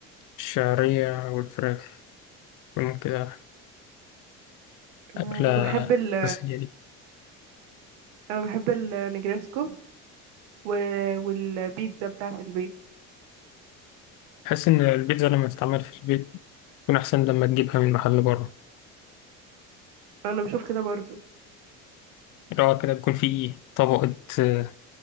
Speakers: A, on the left; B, on the right.
A: الشعرية والفراخ تكون كده
B: انا
A: أكلة
B: بحب ال
A: أساسية دي
B: انا بحب النجرسكو و... والبيتزا بتاعة البيت
A: بحس إن البيتزا لما تتعمل في البيت تكون أحسن لما تجيبها من محل بره
B: انا بشوف كده برضو
A: اللي هو كده بيكون فيه طبقة آه،